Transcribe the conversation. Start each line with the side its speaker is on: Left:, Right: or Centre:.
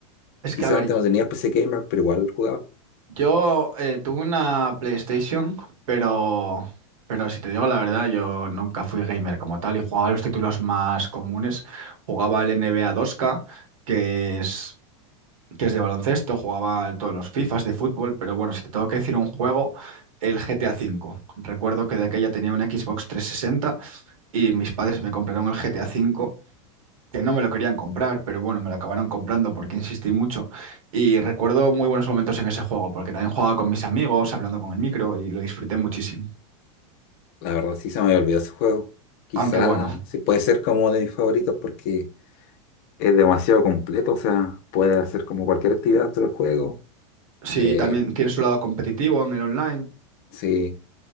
Right: es
Left: quizás
Right: que a ver,
Left: antes no tenías PC Gamer, pero igual jugaba
Right: yo eh, tuve una PlayStation, pero... Pero si te digo la verdad, yo nunca fui gamer como tal y jugaba los títulos más comunes. Jugaba el NBA 2K, que es, que es de baloncesto, jugaba el- todos los FIFAs de fútbol, pero bueno, si te tengo que decir un juego, el GTA V. Recuerdo que de aquella tenía una Xbox trescientos sesenta. y mis padres me compraron el GTA V, que no me lo querían comprar, pero bueno, me lo acabaron comprando porque insistí mucho. Y recuerdo muy buenos momentos en ese juego, porque también jugaba con mis amigos, hablando con el micro y lo disfruté muchísimo.
Left: La verdad sí se me había olvidado ese juego. Quizá
Right: Aunque bueno,
Left: sí puede ser como de mis favoritos porque es demasiado completo, o sea, puede hacer como cualquier actividad dentro del juego.
Right: sí,
Left: Eh,
Right: también tiene su lado competitivo en el online,
Left: sí,